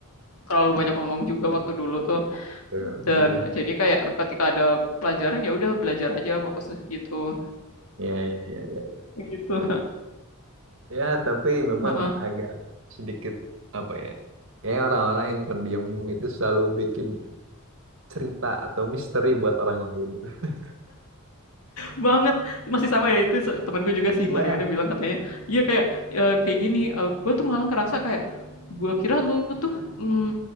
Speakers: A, on the left (about 80°); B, on the right (about 60°).
A: terlalu banyak ngomong juga waktu dulu tuh
B: Hmm.
A: Dan jadi kayak ketika ada pelajaran ya udah belajar aja fokus gitu.
B: Ya, ya, ya, ya.
A: Gitu.
B: Ya, tapi memang
A: <laughs>
B: agak sedikit apa ya? Kayak orang-orang yang pendiam itu selalu bikin cerita atau misteri buat orang lain. <laughs>
A: Banget masih sama ya itu temanku juga
B: Iya.
A: si Mariana bilang katanya, "Iya kayak eh, kayak gini, eh, gue tuh malah ngerasa kayak gue kira lu tuh mm,